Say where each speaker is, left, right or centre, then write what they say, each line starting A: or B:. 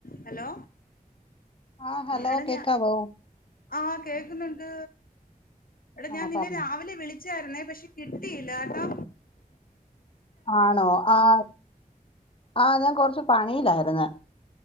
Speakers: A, on the left (about 75°); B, on the left (about 35°).
A: Hello
B: ആ hello
A: എട
B: കേക്കാവോ
A: ഞാ ആഹ് കേക്ക്ന്ന്ണ്ട്. എടാ
B: ആ
A: ഞാൻ നിന്നെ
B: പറഞ്ഞോ
A: രാവിലെ വിളി ച്ചായ്ര്ന്നെ. പക്ഷെ കിട്ടീയില്ലാ ട്ടോ.
B: ആണോ ആഹ്. ആഹ് ഞാൻ കൊർച്ച് പണിയിലായിരുന്ന്